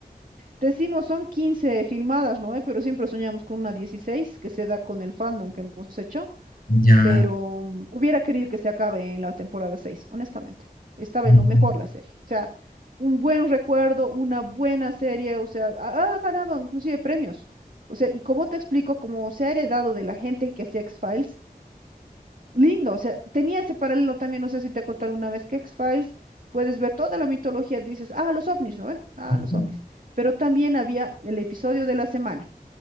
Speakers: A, on the right; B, on the left.
A: decimos son 15 filmadas, ¿no? eh? Pero siempre soñamos con una 16 que se da con el fandom que hemos hecho,
B: ya,
A: pero mm, hubiera querido que se acabe en la temporada 6 honestamente. Estaba
B: ujú,
A: en lo mejor la serie. O sea, un buen recuerdo, una buena serie, o sea, ha, ha ganado inclusive premios. O sea, y como te explico, como se ha heredado de la gente que hacía x Files lindo, o sea, tenía ese paralelo también, no sé si te conté alguna vez que X-Files, puedes ver toda la mitología, dices, ah, los ovnis, ¿no? eh Ah,
B: ujú,
A: los ovnis. Pero también había el episodio de la semana.